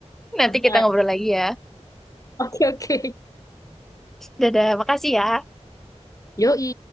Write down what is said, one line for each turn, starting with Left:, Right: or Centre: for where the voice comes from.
Centre: nanti kita
Left: Bye.
Centre: ngobrol lagi ya.
Left: Oke oke.
Centre: Dadah, makasih ya.
Left: Yoi.